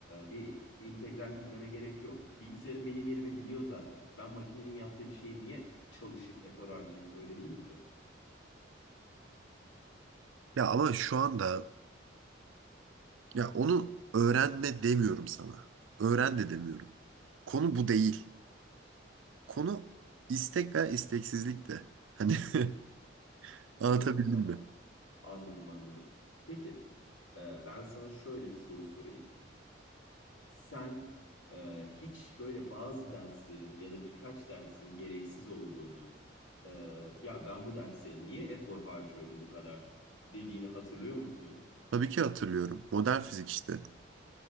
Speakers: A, on the left; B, on the right.
A: bir integral bilmeme gerek yok. Bilgisayarım benim yerimi biliyor zaten. Ben makinenin yaptığı bir şeyi niye çalışıp efor harcayıp öğreneyim ki?
B: Ya ama şu anda Ya onu öğrenme demiyorum sana. Öğren de demiyorum. Konu bu değil. Konu istek veya isteksizlik de. Hani <laughs> anlatabildim
A: Doğru, tamam.
B: mi?
A: Anladım, anladım. Peki, e, ben sana şöyle bir soru sorayım. sen e, hiç böyle bazı derslerin ya da birkaç dersin gereksiz olduğunu, e, ya ben bu derse niye efor harcıyorum bu kadar dediğini hatırlıyor musun?
B: Tabii ki hatırlıyorum. Modern fizik işte.